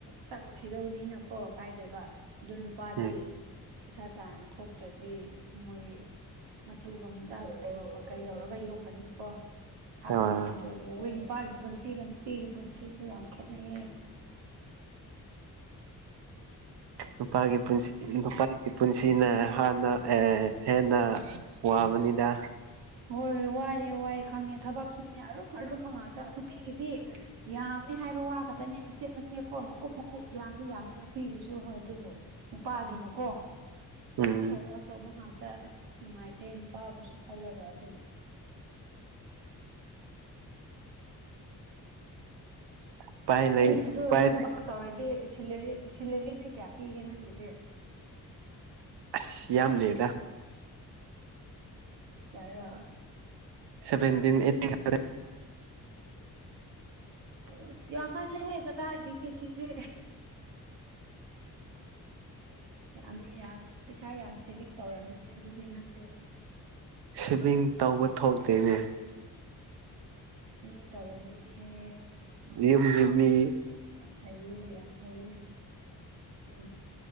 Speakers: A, on the right; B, on the right.
A: ꯆꯠꯈꯤꯗꯧꯅꯤꯅꯀꯣ ꯀꯥꯏꯗꯦꯕ ꯑꯗꯨ ꯅꯨꯄꯥꯗꯤ
B: ꯎꯝ
A: ꯄꯩꯁꯥ ꯇꯥꯟ ꯊꯣꯛꯇ꯭ꯔꯗꯤ ꯃꯣꯏ ꯃꯇꯨꯒ ꯃꯆꯥꯒ ꯀꯩꯗꯧꯕ ꯀꯩꯗꯧꯔꯒ ꯌꯣꯛꯀꯅꯤꯀꯣ ꯊꯥꯛꯀꯅꯤ
B: ꯑꯥ
A: ꯑꯗꯨꯒꯋ ꯅꯨꯄꯥꯒꯤ ꯄꯨꯟꯁꯤꯒ ꯅꯨꯄꯤꯒꯤ ꯄꯨꯟꯁꯤꯁꯦ ꯌꯥꯝ ꯈꯦꯠꯅꯩꯌꯦ
B: ꯅꯨꯄꯥꯒꯤ ꯄꯨꯟꯁꯤ ꯅꯨꯄꯥ ꯄꯨꯟꯁꯤꯅ ꯍꯥꯟꯅ ꯍꯦꯟꯅ ꯋꯥꯕꯅꯤꯗ
A: ꯍꯣꯏ ꯍꯣꯏ ꯋꯥꯏꯑꯦ ꯋꯥꯏꯑꯦ ꯈꯪꯉꯦ ꯊꯕꯛ ꯁꯨꯅꯦ ꯑꯔꯨꯝ ꯑꯔꯨꯝꯕ ꯉꯥꯛꯇ ꯅꯨꯄꯤꯒꯤꯗꯤ ꯌꯥꯝꯃꯦ ꯍꯥꯏꯕ ꯋꯥꯒꯗꯅꯦ ꯃꯆꯦꯠ ꯃꯆꯦꯠꯀꯣ ꯃꯀꯨꯞ ꯃꯀꯨꯞ ꯌꯥꯝꯅ ꯌꯥꯝꯃꯤ ꯅꯨꯄꯤꯒꯤꯁꯨ ꯍꯣꯏ ꯑꯗꯨꯕꯨ ꯅꯨꯄꯥꯒꯤꯅꯀꯣ
B: ꯎꯝ
A: ꯑꯆꯧ ꯑꯆꯧꯕ ꯉꯥꯛꯇ ꯑꯁ ꯅꯨꯡꯉꯥꯏꯇꯦ ꯅꯨꯄꯥꯥꯕꯁꯨ ꯈꯜꯂꯒ ꯑꯗꯨꯝ
B: ꯎꯄꯥꯏ ꯂꯩ
A: ꯅꯣꯏꯁꯨ ꯑꯗꯨ
B: ꯎꯄꯥꯏ
A: ꯅꯪ ꯊꯕꯥ ꯑꯛ ꯇꯧꯔꯗꯤ ꯁꯦꯂꯦꯔꯤ ꯁꯦꯂꯦꯔꯤꯗꯤ ꯀꯌꯥ ꯄꯤꯒꯦ ꯅꯪꯒꯤꯗꯤ
B: ꯑꯁ ꯌꯥꯝ ꯂꯩꯌꯦꯗ
A: ꯀꯌꯥꯔꯣ
B: ꯁꯚꯦꯟꯗꯤꯟ ꯑꯦꯠꯇꯤꯟ ꯒꯛ ꯗꯅꯦ
A: ꯎꯁ ꯌꯥꯝꯃꯜꯂꯦꯍꯦ ꯀꯗꯥꯏꯗꯥꯒꯤ ꯁꯤ ꯖꯤ ꯌꯥꯝꯃꯦ ꯌꯥꯝꯃꯦ ꯄꯩꯁꯥ ꯌꯥꯝ ꯁꯦꯚꯤꯡ ꯇꯧꯔꯝꯃꯅꯤ ꯑꯗꯨꯗꯤ ꯅꯪꯗꯤ
B: ꯁꯦꯚꯤꯡ ꯇꯧꯕ ꯊꯣꯛꯇꯦꯅꯦ
A: ꯃꯤꯡ ꯇꯧꯔꯝꯃ ꯅꯤꯌꯦ
B: ꯌꯝ ꯌꯝꯃꯤ
A: ꯐꯩꯌꯦ ꯌꯥꯝ ꯐꯩꯌꯦ ꯔꯨ